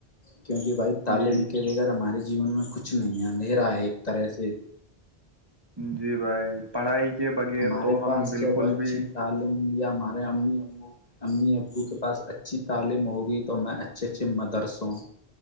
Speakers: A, on the left; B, on the right.
A: کیونکہ بھائی تعلیم
B: جی
A: کے بغیر ہمارے جیون میں کچھ نہیں اندھیرا ہے ایک طرح سے
B: جی بھائی پڑھائی کے بغیر
A: ہمارے
B: تو
A: پاس
B: ہم بالکل
A: جب اچھی
B: بھی
A: تعلیم یا ہمارے امی او امی ابو کے پاس اچھی تعلیم ہوگی تو میں اچھے اچھے مدرس ہوں